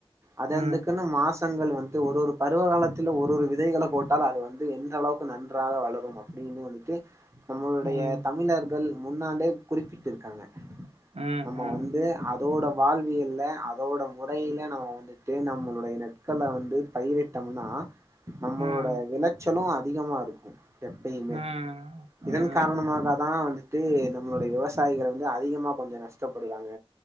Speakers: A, on the right (about 30°); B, on the right (about 80°).
A: அது
B: ம்
A: அந்துக்குன்னு மாஸ் றங்கள் வந்து ஒரு ஒரு பருவ காலத்துல ஒரு ஒரு விதைகள போட்டால் அது வந்து எந்த அளவு நன்றாக வளரும் அப்டின்னு வந்துட்டு நம்மளுடைய
B: ம்
A: தமிழர்கள் முன்னாளே குறிப்பிட் இருக்காங்க
B: ம்
A: நம்ம
B: ம்
A: வந்து அவ் அதோட வாழ்வியல்ல அதோட முறையில நம்ம வந்துட்டு நம்மளுடைய நட்கள வந்து பயிரிட்டம்னா நம்மளோட
B: ம்
A: விளைச்சலு அத் அதிகமா இருக்கு எப்பயுமே
B: ம்
A: இதன்
B: ம்
A: காரணமாகதா வந்து விடு நம்மளோடைய விவசாயிகள் வந்து அதிகமா கொஞ்சோ நஷ்டப்படுறாங்க